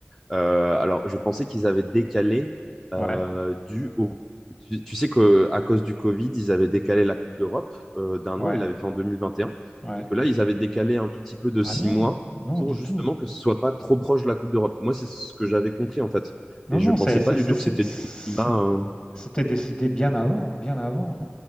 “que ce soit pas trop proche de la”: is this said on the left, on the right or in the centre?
Centre